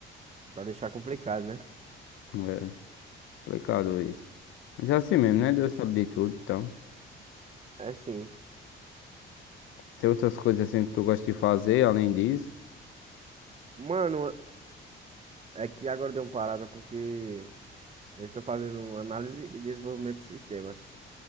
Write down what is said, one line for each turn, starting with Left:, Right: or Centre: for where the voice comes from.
Right: pra deixar complicado, né?
Left: É. Complicado isso. Mas é assim mesmo, né? Deus sabe de tudo, então.
Right: É sim.
Left: Tem outras coisas assim que tu gosta de fazer além disso?
Right: Mano, é que agora deu uma parada porque Eu estou fazendo análise e desenvolvimento de sistemas